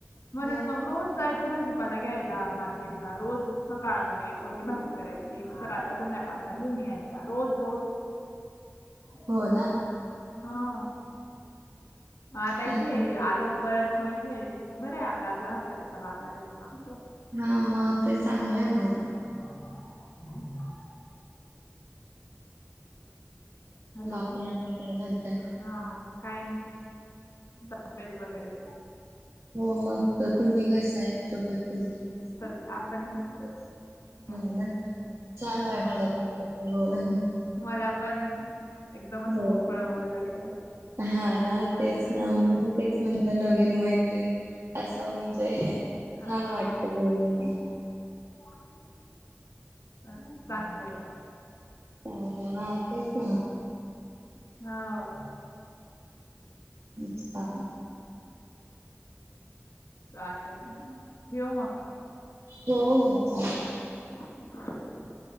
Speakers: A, on the left; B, on the right.
A: म्हणून
B: हो
A: मग रोज जायचं भाजीपाला घ्यायला मार्केटला रोज. सकाळमध्ये कोणती भाजी करायची, म सकाळचा संध्याकाळचा घेऊन यायचा रोज, रोज <inaudible>
B: हो ना
A: हा मा आता इथे
B: हा
A: आलो. परत मग इथे बरे आहे आपला आपला हप्प <unintelligible> बाजार येऊन लागतो.
B: हा म ते चांगलं ये ना उलट.
A: <unintelligible> हॅलो
B: बाकी आणि काय म्हणताय
A: हा काय नही. तब्येत वगैरे.
B: हो मग तुम्ही कस आहेत, तब्येत तुमची.
A: त आपण मस्तच. काय
B: हो ना, छान वाटलं
A: हो
B: तुमच्याशी बोलून.
A: मला पण एकदम असं
B: हो
A: मोकळं बोललं गेलं.
B: हा ना
A: मस्त
B: तेच, तेच म्हणल, नवीन मैत्रीण. असं म्हणजे छान
A: हा
B: वाटत <unintelligible>
A: <unintelligible> अ चांगलंये.
B: चावलं ना तेच ना!
A: हा!
B: <unintelligible>
A: चालेल ठेवू मग.
B: हो, हो चालेल.
A: <inaudible>